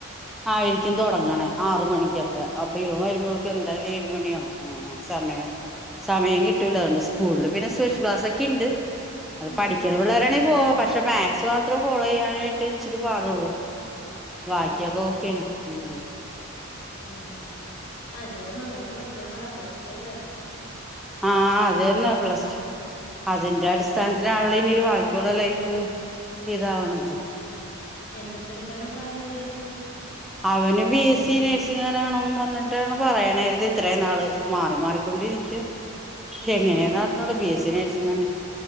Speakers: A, in the centre; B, on the left.
A: ആയിരിക്കും തുടങ്ങണേ
B: ആ
A: ആറ് മണി ക്കെക്കെ അപ്പ് അപ്പയുവം വരുമ്പോഴേക്കും
B: തൊടങ്ങുള്ളൂ
A: എന്താലും ഏഴ് മണിയാ ഉം സമയം സമയം കിട്ടൂല അതുകൊണ്ട് സ്കൂളില് പിന്നെ സ്പെഷ്യൽ ക്ലാസ്സൊക്കിണ്ട്. അത്
B: ഉം
A: പഠിക്കണ പിള്ളേരാണെ പോ പക്ഷെ മാത്‍സ് മാത്രേ ഫോളോ ചെയ്യാനായിട്ട് ഇച്ചിരി പാടുള്ളൂ. ബാക്കിയൊക്കെ
B: ആണല്ലേ
A: ഓക്കേയാണ് ഉം
B: ഉം ആ എന്തായാലും നന്നായിട്ട് പഠിക്കാൻ പറ പ്ലസ്ടുവല്ലെ
A: ആ അതേന്നെ പ്ലസ് അതിന്റെ അടിസ്ഥാനത്തിലാണല്ലോ ഇനി ബാക്കിയുള്ള ലൈഫ് ഇതാണത്
B: എന്തുട്ടെടുക്കാനാ പ്ലാന് ഇതുകഴിഞ്ഞിട്ട്
A: അവന് ബിഎസ്സി നഴ്‌സിങ്ങന്നെ വേണോന്നും പറഞ്ഞിട്ടാണ് പറയണേത് ഇത്രേം നാള് മാറി മാറി കൊണ്ടിരിക്കും
B: ഉം
A: എങ്ങനെയാന്നറിഞ്ഞൂടാ
B: ആഹ് അപ്പ അങ്ങനെ
A: ബിഎസ്സി നേഴ്‌സിങ്ങാണ്